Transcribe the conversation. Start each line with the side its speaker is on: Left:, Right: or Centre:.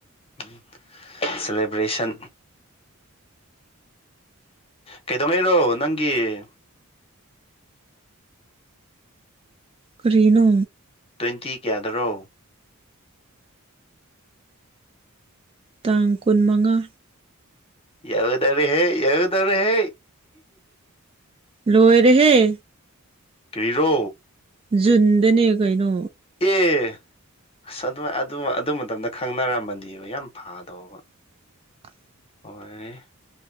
Left: ꯎꯝ ꯁꯦꯂꯦꯕ꯭ꯔꯦꯁꯟ ꯀꯩꯗꯧꯅꯩꯔꯣ ꯅꯪꯒꯤ
Right: ꯀꯔꯤꯅꯣ
Left: ꯇ꯭ꯋꯦꯟꯇꯤ ꯀꯌꯥꯗꯔꯣ
Right: ꯇꯥꯡ ꯀꯨꯟ ꯃꯉꯥ
Left: ꯌꯧꯒꯗꯧꯔꯦꯍꯦ ꯌꯧꯒꯗꯧꯔꯦꯍꯦ
Right: ꯂꯣꯏꯔꯦꯍꯦ
Left: ꯀꯔꯤꯔꯣ
Right: ꯖꯨꯟꯗꯅꯦ ꯀꯩꯅꯣ
Left: ꯑꯦ ꯑꯁ ꯑꯗꯨ ꯑꯗꯨ ꯑꯗꯨ ꯃꯇꯝꯗ ꯈꯪꯅꯔꯝꯃꯗꯤ ꯌꯥꯝ ꯐꯥꯗꯧꯕ
Right: <inaudible>
Left: ꯍꯣꯏ